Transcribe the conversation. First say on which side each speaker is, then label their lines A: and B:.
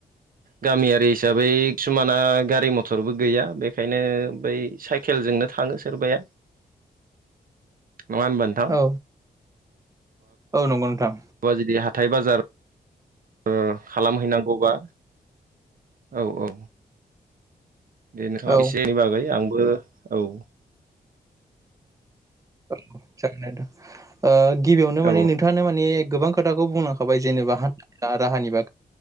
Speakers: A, on the right; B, on the right.
A: गामियारि हिसाबै किसुमाना गारि मथरबो गैया बेखायनो बै साइ खेलजोंनो थाङो सोरबाया।
B: <unintelligible>
A: नङा होमबा नो
B: औ औ नंगौ नोंथां।
A: <unintelligible> जुदि हाथाय बाजार ओ खालामहैनांगौबा औ औ बेनोखा
B: औ
A: एसेनि बागै आंबो औ।
B: औ जागोन ओ गिबियावनो माने
A: औ
B: नोंथां खोथानो माने गोबां खोथाखौ बुंलांबाय जेनेबा हान्था राहानि बा